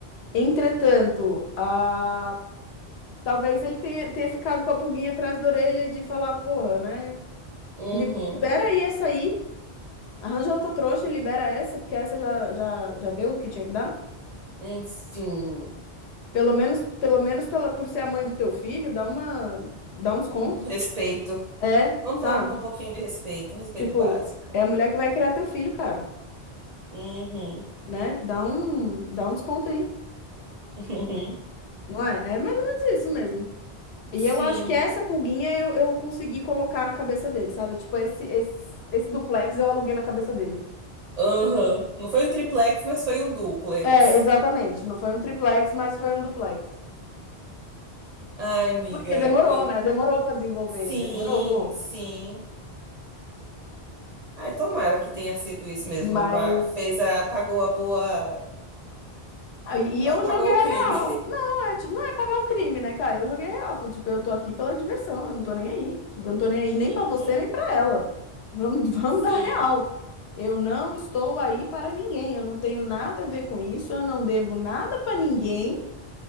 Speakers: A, on the left; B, on the right.
A: Entretanto, a, talvez ele tenha, tenha ficado com a pulguinha atrás da orelha de falar, porra, né?
B: uhum,
A: li- Libera aí essa aí, arranja outra trouxa e libera essa, porque essa já, já, já deu o que tinha que dar.
B: hum, sim.
A: Pelo menos, pelo menos pela, por ser a mãe do teu filho, dá uma, dá um desconto.
B: Um respeito.
A: É,
B: Vamos
A: sabe?
B: dar um, um pouquinho de respeito, um respeito
A: Tipo,
B: básico.
A: é a mulher que vai criar teu filho, cara,
B: Uhum,
A: né? Dá um, dá um desconto aí,
B: <laughs> uhum,
A: não é? É mais ou menos isso mesmo. E
B: sim.
A: eu acho que essa pulguinha eu, eu consegui colocar na cabeça dele, sabe? Tipo, esse, esse, esse duplex eu aluguei na cabeça dele.
B: Aham. Não foi um triplex, mas foi um duplex.
A: É, exatamente. Não foi um triplex, mas foi um duplex.
B: Ai, amiga,
A: Porque demorou,
B: eu.
A: né? Demorou pra desenvolver,
B: Sim,
A: demorou.
B: sim. Ai, tomara que tenha sido isso mesmo.
A: Mas
B: Vá- Fez a. Pagou a boa.
A: Ah, E
B: pa-
A: eu
B: Pagou
A: joguei a
B: o crime.
A: real. Não, é tipo, não é pagar o crime, né, cara? Eu joguei a real. Falei, tipo, eu tô aqui pela diversão, eu não tô nem aí. Tipo, eu não tô nem aí
B: <laughs>
A: nem
B: Uhum.
A: pra você, nem pra ela. Vamos, <laughs> vamos
B: Sim.
A: dar real. Eu não estou aí para ninguém. Eu não tenho nada a ver com isso. Eu não devo nada pra ninguém.